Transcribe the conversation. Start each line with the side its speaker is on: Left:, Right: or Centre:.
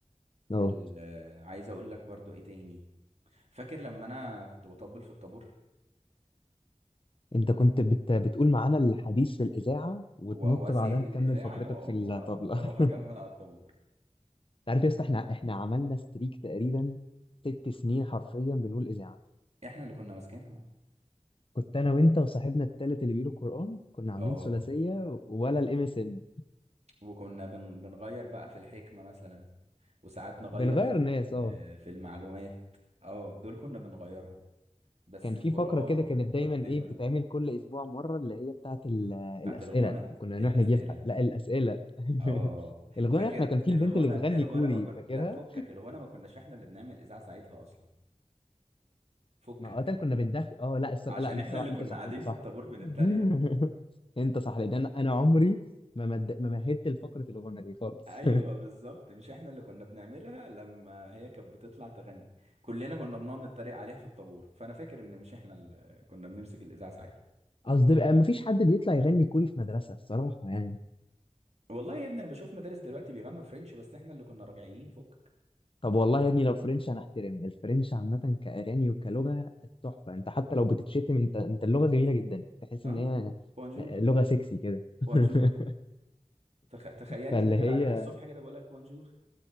Left: اه
Right: ال- عايز اقول لك برضو ايه تاني فاكر لما انا كنت بطبل في الطابور
Left: انت كنت بت... بتقول معانا الحديث في الاذاعه وتنط
Right: و- واسيب
Left: بعدها
Right: الاذاعه
Left: تكمل فقرتك
Right: واقوم
Left: في الطبله
Right: آه، واروح
Left: <laughs>
Right: اكمل
Left: انت
Right: على الطابور
Left: عارف يا اسطى احنا احنا عملنا ستريك تقريبا ست سنين حرفيا بنقول اذاعه
Right: احنا اللي كنا ماسكينها
Left: كنت انا وانت وصاحبنا التالت اللي بيقولوا القران كنا عاملين
Right: اه
Left: ثلاثيه ولا الام اس ان
Right: وكنا بن... بنغير بقى في الحكمه مثلا وساعات نغير
Left: بنغير
Right: في
Left: ناس
Right: آه،
Left: اه
Right: في المعلومات اه دول كنا بنغيرهم بس
Left: كان في
Right: القران
Left: فقرة كده
Right: والمقدمه
Left: كانت دايما ايه بتتعمل كل اسبوع مرة اللي هي بتاعت ال- الاسئلة
Right: بتاعت الغنى
Left: وكنا
Right: الاسئله
Left: نروح نجيب حق. لا الاسئلة <laughs>
Right: اه
Left: الغنى
Right: فاكر
Left: احنا كان في
Right: الغنى
Left: البنت اللي بتغني
Right: الغنى
Left: كوري
Right: ما كن
Left: فاكرها؟
Right: لا فكك الغنى ما كناش احنا اللي بنعمل اذاعه ساعتها اصلا فكك
Left: ما اوقات كنا بندخل اه لا الصراحة
Right: عشان
Left: لا انا
Right: احنا
Left: الصراحة
Right: اللي كنا
Left: انت صح
Right: قاعدين
Left: انت صح
Right: في الطابور بنتريق
Left: <laughs> انت صح لان انا أنا عمري ما مد... ما مهدت لفقرة الغنى دي خالص
Right: ايوه بالظبط مش احنا اللي كنا بنعملها لما هي كانت بتطلع تغني كلنا كنا بنقعد نتريق عليها في الطابور فانا فاكر ان مش احنا اللي كنا بنمسك الاذاعه ساعتها
Left: <laughs> قصدي بقى ما فيش حد بيطلع يغني كوري في مدرسة الصراحة يعني
Right: والله يا ابني انا بشوف مدارس دلوقتي بيغنوا فرنش بس احنا اللي كنا راجعين فكك
Left: طب والله يا ابني لو فرنش هنحترم الفرنش عامة كأغاني وكلغة تحفة انت حتى لو بتتشتم انت انت اللغة جميلة جدا تحس
Right: اه
Left: ان
Right: اه
Left: هي آه،
Right: بونجور
Left: آه، لغة سكسي كده <laughs>
Right: بونجور تخ... تخيلني
Left: فاللي
Right: داخل
Left: هي
Right: عليك الصبح كده بقول لك بونجور